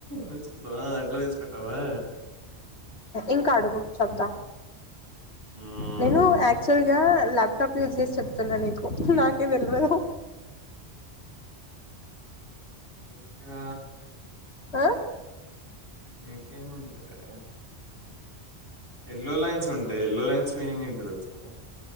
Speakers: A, on the right (about 55°); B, on the left (about 75°).
A: తీకుంటావా అట్లా తీసుకుంటావా
B: ఇంకా అడుగు చెప్తా
A: మ్మ్.
B: నేను యాక్టువల్ ల్యాప్టాప్ యూజ్ చేసి చెప్తున్నా నీకు నాకే తెలివాదు
A: ఇంకా
B: ఆ
A: అ ఇంకేం ఉంటాయే ఎల్లో లైన్స్ ఉంటాయి ఎల్లో లైన్స్ మీనింగ్ ఏంటో తెలుసా